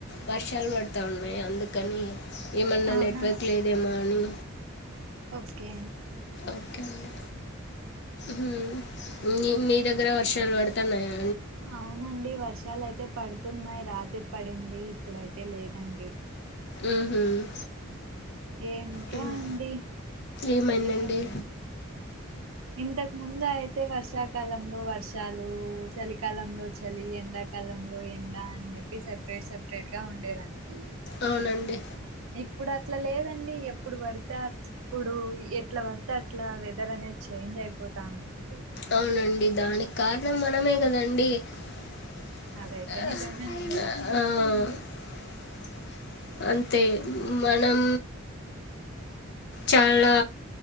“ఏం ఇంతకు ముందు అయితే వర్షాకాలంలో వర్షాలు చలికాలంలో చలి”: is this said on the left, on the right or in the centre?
Right